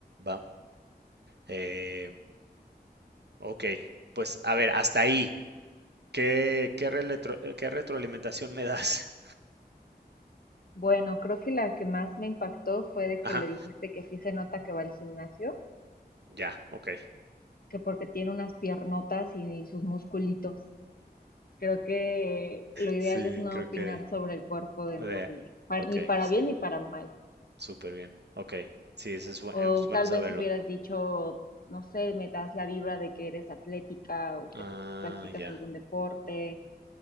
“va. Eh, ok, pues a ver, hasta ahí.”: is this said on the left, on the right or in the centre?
Right